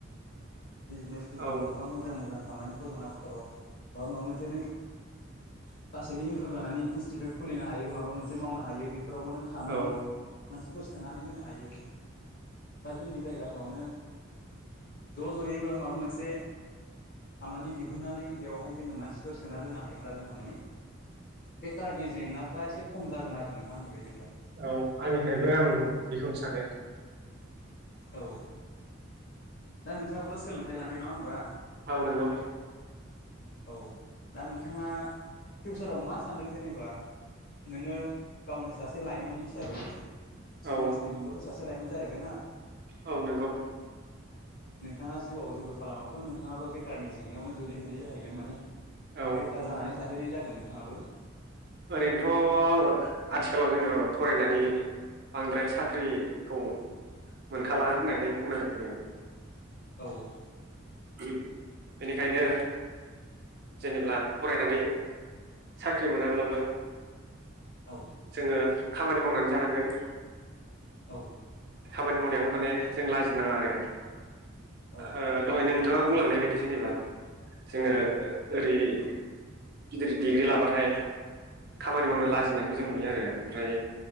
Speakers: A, on the left; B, on the right.
A: बिजनेसफोर
B: औ
A: दं गोबां मोजां मोजां खामानिफोर दं आथिखालाव बा माबा मोनसे <unintelligible> लासैनो इमप्रुभ जानानै इनस्टिटिउट खुलिनो हायो माबा मोनसे मावनो हायो बे फोरावबो नों खामानि
B: औ
A: मानसि -फोर सोनानै होनो हायो बा जोंनि जायगाफ्रावनो ज' ज'यैबो माबा मोनसे खामानि दिहुननानै बेवहाय जोङो मानसिफोर सोना दोननो हायोब्ला जोंहा माने बेखारनि जेंनाफ्रा एसे खम जागोन आरो नोंथां आंनि बायदिब्ला।
B: औ आंनिफ्रायबो आं बेखौनो सानो।
A: औ। ना नोंथाङाबोथ' सोलोंथाइ लानाय नङा होमबा?
B: औ नांगौ।
A: औ दा नोंथाङा फिउसाराव मा सानदों जेनेबा? नोङो गावनो सासे लाइमोन हिसाबै समाजनि
B: औ
A: नोंबोथ' सासे लायोमोन जाहैबायना ।
B: औ नंगौ।
A: नोंथाङा जिउआव जेबो खालामाबाथ' नोंथाङाबो बेखारनि जेंनायावनो गोलैहैनाय जाहैगोन माने
B: औ
A: बेखार जानानै थाहैनाय जागोन नोंथाङाबो।
B: ओरैनोथ' आथिखालाव जोङो फरायनानै बांद्राय साख्रिखौ मोनखाला होननानै बुंनांगोन जोङो।
A: औ।
B: <unintelligible> बेनिखायनो जेनेब्ला फरायनानै साख्रि मोनाब्लाबो
A: औ
B: जोङो खामानि मावनानै जानांगोन।
A: औ।
B: खामानि मावनायाव माने जों लाजिनााङा आरो
A: औ
B: ओ दहाय नों नोंथाङा बुंलांनाय बायदि जेनेबा जोङो <inaudible> गिदिर डिग्रि लाबाथाय खामानि
A: औ
B: मावनो लाजिनायखौ जों नुयो आरो ओमफ्राय